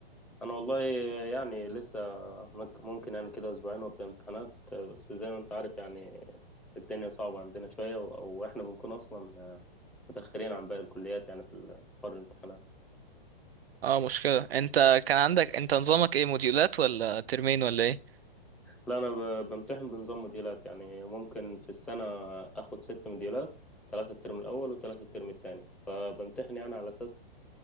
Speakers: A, in the centre; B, on the right (about 75°).
A: أنا والله يعني لسه مك- ممكن يعني كده أسبوعين وأبدأ امتحانات بس زي ما أنت عارف يعني الدنيا صعبة عندنا شوية و- أو إحنا بنكون أصلا متأخرين عن باقي الكليات يعني في ال- حوار الامتحانات
B: اه مشكله انت كان عندك انت نظامك ايه موديولات ولا ترمين ولا ايه
A: لا أنا ب- بمتحن بنظام موديلات يعني ممكن في السنة آخد ست موديلات ثلاثة الترم الأول وثلاثة الترم التاني فبمتحن يعني على أساس